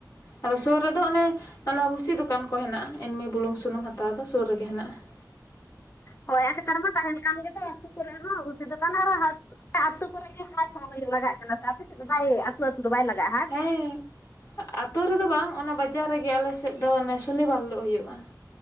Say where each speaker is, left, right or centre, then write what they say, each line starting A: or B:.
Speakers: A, on the left; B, on the left.
A: ᱟᱫᱚ ᱥᱩᱨ ᱨᱮᱫᱚ ᱚᱱᱮ ᱚᱱᱟ ᱵᱷᱩᱥᱤ ᱫᱚᱠᱟᱱ ᱠᱚ ᱦᱮᱱᱟᱜᱼᱟ ᱮᱢᱱᱤ ᱵᱩᱞᱩᱝ ᱥᱩᱱᱩᱢ ᱦᱟᱛᱟᱣ ᱫᱚ ᱥᱳᱨ ᱨᱮᱜᱮ ᱦᱮᱱᱟᱜᱼᱟ ᱾
B: ᱦᱳᱭ ᱱᱮᱛᱟᱨ ᱢᱟ ᱛᱟᱦᱮᱱ ᱜᱮ ᱫᱚ ᱟᱹᱛᱩ ᱠᱚᱨᱮᱫ ᱦᱚ ᱵᱷᱩᱥᱤ ᱫᱚᱠᱟᱱ ᱟᱨ ᱟᱹᱛᱩ ᱠᱚᱨᱮᱜ ᱜᱮ ᱦᱟᱴ ᱦᱚᱸ ᱞᱟᱜᱟᱜ ᱠᱟᱱᱟ ᱥᱮ ᱟᱯᱮ ᱥᱮᱫ ᱫᱚ ᱵᱟᱭ ᱟᱹᱛᱩ ᱟᱹᱛᱩ ᱫᱚ ᱵᱟᱭ ᱞᱟᱜᱟᱜᱼᱟ ᱦᱟᱴ?
A: ᱦᱮᱸ ᱟᱛᱩ ᱨᱮᱫᱚ ᱵᱟᱝ ᱚᱱᱟ ᱵᱟᱡᱟᱨ ᱨᱮᱜᱮ ᱟᱞᱮ ᱥᱮᱫ ᱫᱚ ᱚᱱᱮ ᱥᱩᱱᱤ ᱵᱟᱨ ᱦᱚᱜ ᱦᱩᱭᱩᱜᱼᱟ ᱾